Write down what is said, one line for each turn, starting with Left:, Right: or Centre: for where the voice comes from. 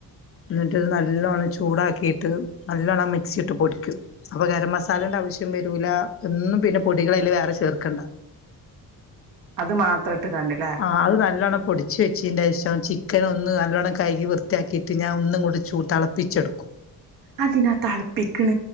Left: എന്നിട്ട്ത് നല്ലോണ്ണം ചൂടാക്കിയിട്ട് നല്ലവണ്ണം മിക്സിയിട്ട് പൊടിക്കും അപ്പൊ ഗരം മസാലന്റെ ആവശ്യം വരൂല ഒന്നും പിന്നെ പൊടികളെല്ല വേറെ ചേർക്കണ്ട
Right: അത് മാത്രട്ട് കണ്ടില്ലേ
Left: ആഹ് അത് നല്ലവണം പൊടിച്ച് വച്ചതിൻ്റെ ശേഷം ചിക്കൻ ഒന്ന് നല്ലവണം കൈകി വൃത്തിയാക്കിയിട്ട് ഞാൻ ഒന്നും കൂടി ചൂ തിളപ്പിച്ചെടുക്കും
Right: അതിന നാ തിളപ്പിക്കണ